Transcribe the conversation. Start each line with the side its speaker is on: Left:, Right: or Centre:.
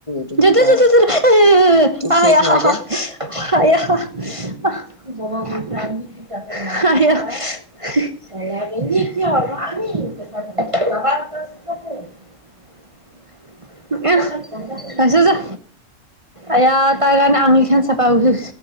Left: তুমি
Right: <unintelligible>
Left: কি বুলি কয় তোৰ শেষ ন এতিয়া
Right: <unintelligible> <unintelligible> <unintelligible> <unintelligible> হৈছে যা আয়া তাৰ কাৰণে আঙুলি খন চফা গ